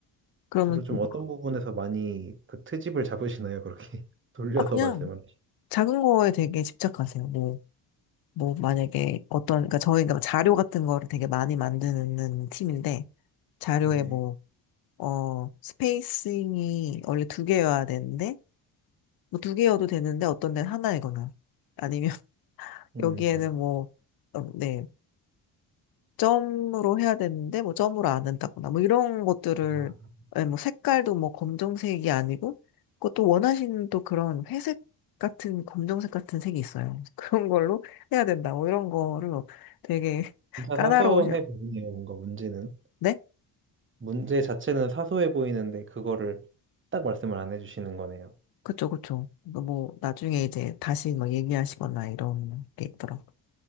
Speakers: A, on the left; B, on the right.
A: 그러면
B: 주로 좀
A: 또
B: 어떤
A: 뭐-
B: 부분에서 많이 그 트집을 잡으시나요, 그렇게? <laughs> 돌려서
A: 아 그냥
B: 말씀을
A: 작은 거에 되게 집착하세요. 뭐 뭐 만약에 어떤 그러니까 저희가 자료 같은 거를 되게 많이 만드는 팀인데 자료에
B: 하시는데.
A: 뭐 어 스페이싱이 원래 두 개여야 되는데 뭐 두 개여도 되는데 어떤 데는 하나이거나 아니면 <laughs>
B: 음,
A: 여기에는 뭐네 점으로 해야 되는데 뭐 점으로 안 한다거나 뭐 이런 것들을
B: 아,
A: 예, 뭐 색깔도 뭐 검정색이 아니고 그것도 원하시는 또 그런 회색 같은 검정색 같은 색이 있어요. <laughs> 그런 걸로 해야 된다. 뭐 이런 거를 뭐 되게 <laughs>
B: 진짜
A: 까다로우셔.
B: 사소해 보이네요, 뭔가 문제는.
A: 네?
B: 문제 자체는 사소해 보이는데, 그거를 딱 말씀을 안 해주시는 거네요.
A: 그쵸, 그쵸. 그러니까 뭐 나중에 이제 다시 뭐 얘기하시거나 이런 게 있더라고.